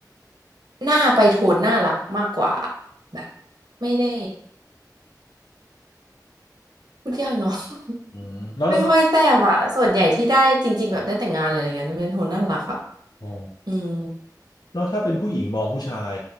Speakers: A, on the right; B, on the left.
A: หน้าไปโทนน่ารักมากกว่าแบบไม่ได้พูดยากเนาะ <laughs>
B: อืมแล้วเรา
A: ไม่ค่อยแซ่บอะส่วนใหญ่ที่ได้จริงๆแบบได้แต่งงานอะไรอย่างเงี้ยจะเป็นโทนน่ารักอะ
B: อ๋อ
A: อืม
B: แล้วถ้าเป็นผู้หญิงมองผู้ชาย